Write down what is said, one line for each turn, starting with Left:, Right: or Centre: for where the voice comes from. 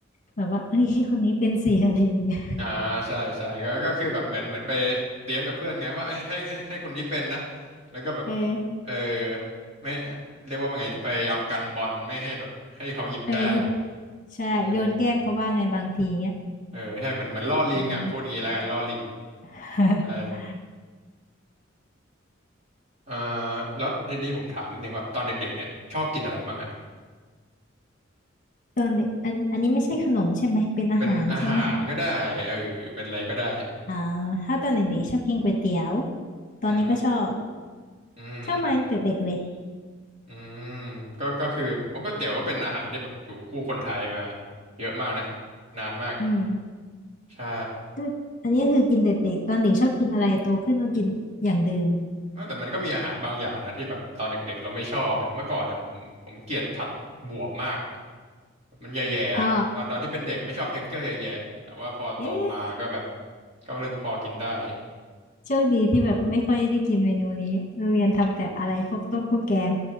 Left: แบบว่าเอ้ยให้คนนี้เป็นสิอะไรอย่างเงี้ย
Right: อ่าใช่ใช่ก็ก็คือแบบเหมือนเหมือนไปเตรียมกับเพื่อนไงว่าให้ให้ให้ให้คนนี้เป็นนะแล้วก็แบบ
Left: เออ
Right: เออไม่เรียกว่าไงดีพยายามกันบอลไม่ให้แบบให้เขาหยิบได้
Left: เออใช่โยนแกล้งเขาว่าไงบางทีเงี้ย
Right: เออเออใช่เหมือนเหมือนล่อลิงอ่ะพูดงี้แล้วกันล่อลิง
Left: อืม <laughs>
Right: ใช่เอ่อแล้วทีนี้ผมถามนิดนึงว่าตอนเด็กๆเนี่ยชอบกินอะไรบ้างฮะ
Left: ตอนเด็กอันอันนี้ไม่ใช่ขนมใช่ไหมเป็นอาหารใช่ไหม
Right: เป็นอาหารก็ได้เออเป็นอะไรก็ได้
Left: อ่าถ้าตอนเด็กๆชอบกินก๋วยเตี๋ยวตอนนี้ก็ชอบ
Right: อืมอืมอืม
Left: ชอบมาตั้งแต่เด็กเลย
Right: อืมก็ก็คือผมว่าก๋วยเตี๋ยวก็เป็นอาหารที่แบบอยู่คู่คนไทยมาเยอะมากนะนานมาก
Left: อืม
Right: ใช่
Left: ก็อันนี้คือกินแต่เด็กตอนเด็กชอบกินอะไรโตขึ้นก็กินอย่างเดิม
Right: เออแต่มันก็มีอาหารบางอย่างนะที่แบบตอนเด็กๆเราไม่ชอบอย่างเมื่อก่อนเนี่ยผมผมเกลียดผัดบวบมากมันแย่ๆอะตอนตอนที่เป็นเด็กไม่ชอบเท็กเจอร์แย่ๆแต่ว่าพอโตมาก็แบบ
Left: อ๋อเอ๊ะ
Right: ก็เริ่มพอกินได้
Left: โชคดีที่แบบไม่ค่อยได้กินเมนูนี้โรงเรียนทำแต่อะไรพวกต้มพวกแกง